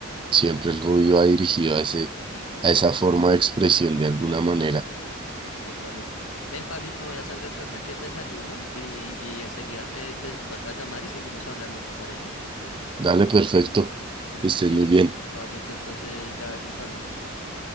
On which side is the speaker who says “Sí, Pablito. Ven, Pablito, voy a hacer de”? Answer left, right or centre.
Left